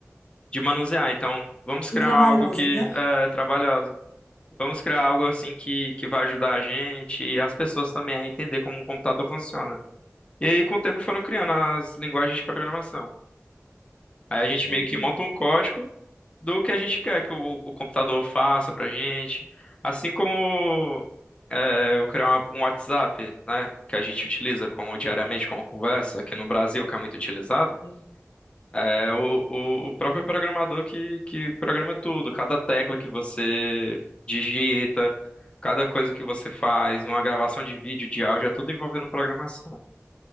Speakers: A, on the left (about 20°); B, on the left (about 75°).
A: de manusear. Então, vamos criar
B: E trabalhosa,
A: algo que
B: né?
A: é trabalhoso. Vamos criar algo assim que, que vai ajudar a gente e as pessoas também a entender como um computador funciona. E aí, com o tempo, foram criando as linguagens de programação. Aí a gente
B: Tô
A: meio
B: entendendo.
A: que monta um código do que a gente quer que o, o computador faça pra gente. Assim como é, eu criar uma- um WhatsApp, né, que a gente utiliza como diariamente, como conversa, aqui no Brasil, que é muito utilizado.
B: É.
A: É o, o, o próprio programador que, que programa tudo, cada tecla que você digita, cada coisa que você faz, uma gravação de vídeo, de áudio, é tudo envolvendo programação.